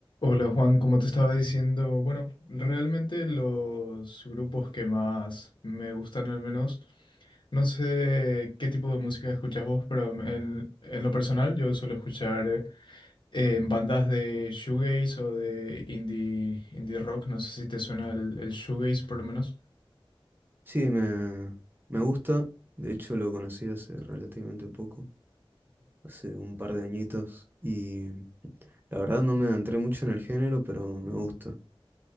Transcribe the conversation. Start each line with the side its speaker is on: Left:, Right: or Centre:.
Left: Hola Juan, como te estaba diciendo, bueno, realmente los grupos que más me gustan al menos, no sé qué tipo de música escuchas vos, pero en, en lo personal yo suelo escuchar eh, bandas de shoegaze o de indie, indie rock, no sé si te suena el, el shoegaze por lo menos.
Right: Sí, me, me gusta. De hecho, lo conocí hace relativamente poco, hace un par de añitos. Y la verdad no me adentré mucho en el género, pero me gusta.